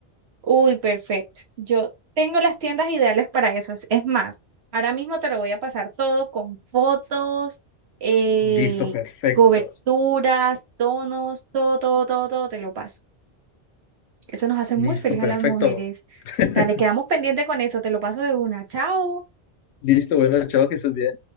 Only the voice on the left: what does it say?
Listo, perfecto,
listo,
perfecto.
<laughs>
Listo, bueno, chao, que estés bien.